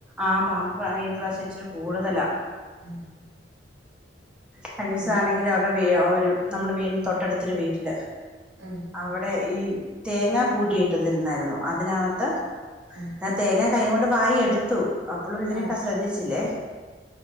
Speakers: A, in the centre; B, on the right.
A: ആ പാമ്പ് പാ ഈ പ്രാശ്യം
B: എല്ലായിടത്തും
A: ഇച്ചിരി കൂട്തലാ
B: ഉം
A: കഴിഞ്ഞൂസാണെങ്കില്
B: എല്ലായിടത്തും
A: അവിടെ വി ഒരു നമ്മുടെ വീടിൻ്റെ തൊട്ടട്ത്തൊരു വീട്ടില്
B: ഉം
A: അവടെ ഈ തേങ്ങ കൂട്ടിയിട്ടത്‌ര്ന്നായ്ര്ന്നു അതിനകത്ത്
B: ഉം
A: ഞാൻ തേങ്ങെ കൈ കൊണ്ട് വാരിയെട്ത്തു അപ്പളും ഇതിനെയെക്കെ
B: ആഹ്
A: ശ്രദ്ധിച്ചില്ലേ